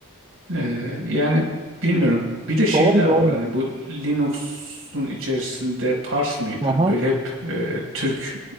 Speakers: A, on the right; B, on the right.
A: Ee, yani bilmiyorum. Bir de şeyler
B: Doğru doğru.
A: var hani bu Linux'un içerisinde Pars mıydı?
B: Aha.
A: Böyle hep e, Türk